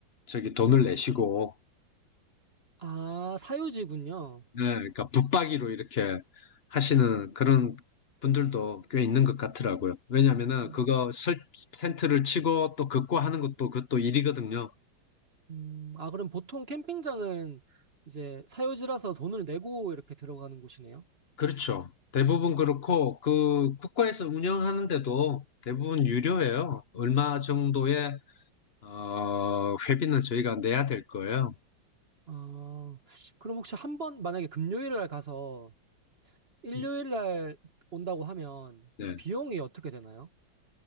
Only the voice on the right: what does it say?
아, 사유지군요.
아.
음, 아, 그럼 보통 캠핑장은 이제 사유지라서 돈을 내고 이렇게 들어가는 곳이네요.
음.
아, 그럼 혹시 한 번, 만약에 금요일 날 가서 일요일
날 온다고 하면
비용이 어떻게 되나요?